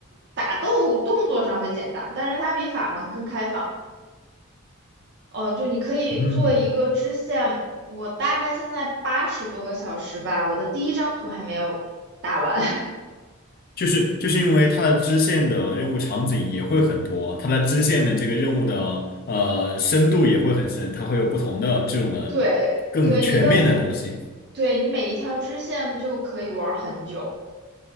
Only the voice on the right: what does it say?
打斗动作上会简单，但是它比法环更开放。哦，就你可以做一个支线，
我大概现在八十多个小时吧，我的第一张图还没有打完。<laughs>
对，
对，你的，对你每一条支线就可以玩很久。